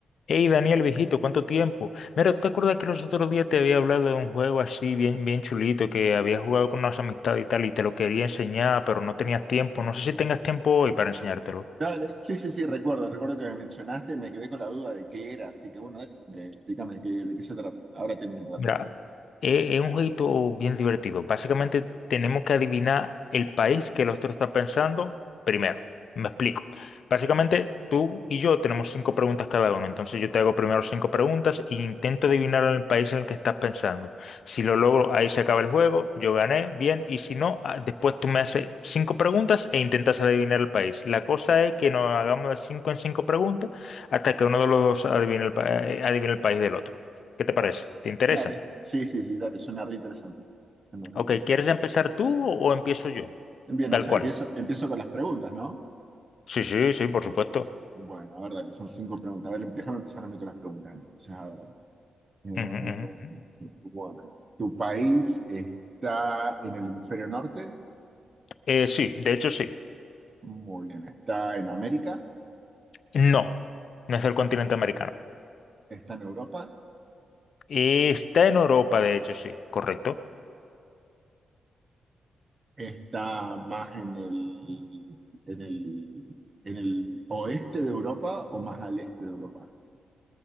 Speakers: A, on the left; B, on the right.
A: Hey Daniel, viejito, ¿cuánto tiempo? Mira, ¿tú te acuerdas que los otros días te había hablado de un juego así bien, bien chulito que había jugado con unas amistades y tal y te lo quería enseñar, pero no tenías tiempo? No sé si tengas tiempo hoy para enseñártelo.
B: No, de- sí, sí, sí, recuerdo, recuerdo que me mencionaste y me quedé con la duda de qué era, así que bueno, eh, eh, explícame de qué, de qué se trata. Ahora tengo un rato.
A: Mira, es, es un jueguito bien divertido. Básicamente tenemos que adivinar el país que el otro está pensando primero. Me explico. Básicamente tú y yo tenemos cinco preguntas cada uno. Entonces yo te hago primero cinco preguntas e intento adivinar el país en el que estás pensando. Si lo logro, ahí se acaba el juego. Yo gané, bien. Y si no, ah, después tú me haces cinco preguntas e intentas adivinar el país. La cosa es que nos hagamos de cinco en cinco preguntas hasta que uno de los dos adivine el, pa- eh, adivine el país del otro. ¿Qué te parece? ¿Te interesa?
B: Dale, sí, sí, sí, dale, suena re interesante. Suena re
A: Ok,
B: interesante.
A: ¿quieres empezar tú o o empiezo yo?
B: Bien,
A: Tal
B: o sea,
A: cual.
B: empiezo, empiezo con las preguntas, ¿no?
A: Sí, sí, sí, por supuesto.
B: Bueno, a ver, dale, son cinco preguntas. A ver, déjame empezar a mí con las preguntas. Entonces, a ver. Eh,
A: Ujú, ujú.
B: bueno, ¿tu país está en el hemisferio norte?
A: Eh, sí, de hecho sí.
B: Muy bien, ¿está en América?
A: No, no es del continente americano.
B: ¿Está en Europa?
A: Está en Europa, de hecho sí, correcto.
B: está más en el, en el, en el oeste de Europa o más al este de Europa?